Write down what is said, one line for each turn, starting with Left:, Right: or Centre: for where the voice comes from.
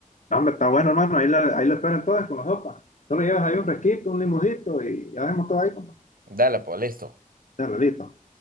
Left: No, hombre, está bueno, hermano. Ahí la, ahí la esperan todas con la sopa. Solo llevas ahí un fresquito, un limoncito y ya vemos todo ahí, compa.
Right: Dale, pues, listo.
Left: Ya, listo.